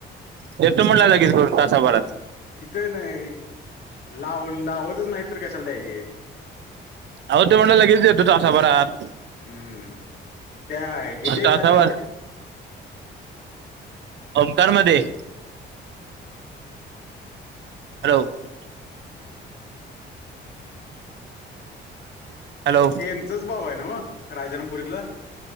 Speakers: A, on the right; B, on the left.
A: देतो म्हणला लगेच करून तासा भरात.
B: तिथं नाही लाव लावतच नाहीत तर कशाला द्यायचे.
A: अहो तो म्हणला लगेच देतो तासा भरात.
B: हम्म त्या हिजे इतना
A: तासाभर
B: ओफी
A: ओंकार मध्ये. हॅलो. हॅलो
B: ते यांचाच भाऊ आहे ना हो राजरामपुरीतला?